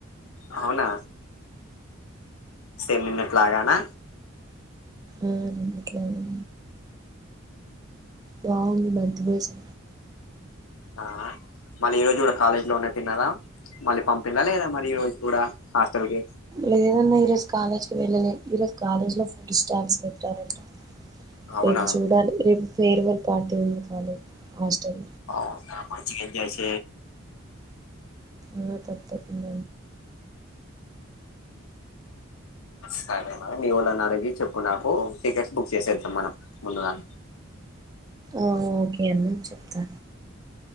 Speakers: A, on the left; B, on the right.
A: అవునా స మినిట్ లాగానా
B: ఆ నిన్నట్లేయి బాగుంది బంత పసి
A: ఆ మళ్ళీ ఈ రోజు కూడా కాలేజీ లో ఉన్న తిన్నారా మళ్ళీ పంపిందా లేదా మరి ఈ రోజు కూడా హాస్టల్ కి
B: లేదన్నా ఈ రోజు కాలేజ్కి వెళ్ళలే ఈరోజు కాలేజ్ లో ఫుడ్ స్టాల్స్ పెట్టారంట
A: అవునా
B: రేపు చూడాలి రేపు ఫేర్వల్ పార్టీ ఉంది కాదు హాస్టల్
A: అఓ త మంచిగాస
B: అ తప్ప తంద
A: సరే మ మీ ఊళ్ళు అన్న అగి చెప్పుకు నాకు టికెట్స్ బుక్ చేసేద్దాం మనం ముందుగానే
B: ఆ ఓకే అన్న చెప్తా